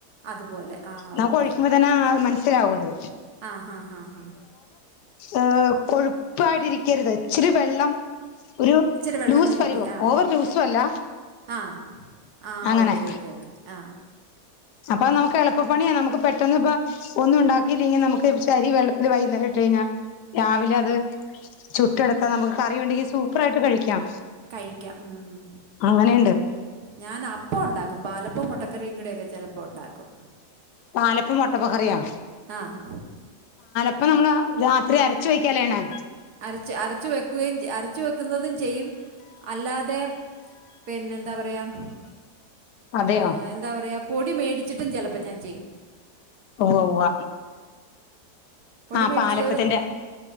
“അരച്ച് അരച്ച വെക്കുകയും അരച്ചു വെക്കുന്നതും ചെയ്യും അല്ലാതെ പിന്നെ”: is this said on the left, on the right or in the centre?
Right